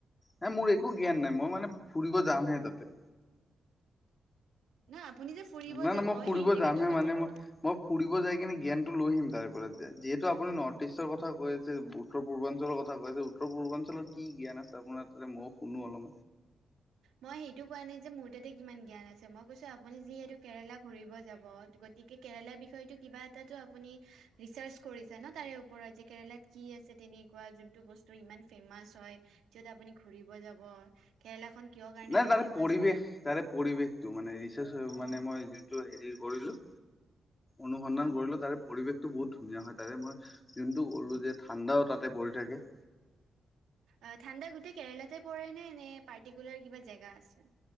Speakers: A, on the left; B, on the right.
A: নাই মোৰ একো জ্ঞান নাই, মই মানে ফুৰিব যামহে তাতে।
B: না আপুনি যে ফুৰিব
A: নাই
B: যাব
A: নাই মই ফুৰিব
B: সেই জেগাটোৰ
A: যামহে,
B: কথাটো
A: মানে মই মই ফুৰিব যায় কিনে জ্ঞানটো লৈ আহিম তাৰে পৰা, যিহেতু আপুনি নৰ্থ ইষ্টৰ কথা কৈ আছে। উত্তৰ-পূৰ্বাঞ্চলৰ কথা কৈছে, উত্তৰ-পূৰ্বাঞ্চলত কি জ্ঞান আছে আপোনাৰ তাতে ময়ো শুনো আৰু।
B: মই সেইটো কোৱা নাই যে মোৰ তাতে কিমান জ্ঞান আছে, মই কৈছো আপুনি যিহেতু কেৰেলা ঘূৰিব যাব, গতিকে কেৰেলাৰ বিষয়টো কিবা এটাটো আপুনি ৰিচাৰ্চ কৰিছে ন! তাৰে ওপৰত যে কেৰেলাত কি আছে তেনেকুৱা য টো বস্তু ইমান ফেমাচ হয়, যত আপুনি ঘুৰিব যাব। কেৰেলাখন কিয় কাৰণেনো
A: নাই তাৰে
B: ফেমাচ
A: পৰিৱেশ
B: হয়
A: তাৰে পৰিৱেশটো মানে ৰিচাৰ্চ
B: অ
A: মানে মই যোনটো হেৰি কৰিলো অনুসন্ধান
B: অ
A: কৰিলো তাৰে পৰিৱেশটো বহুত ধুনীয়া হয়, তাৰে মই যোনটো ক'লো যে ঠাণ্ডাও তাতে পৰি থাকে।
B: অঁ, ঠাণ্ডা গোটেই কেৰেলাতে পৰে নে, নে পাৰ্টিকুলাৰ কিবা জেগা আছে?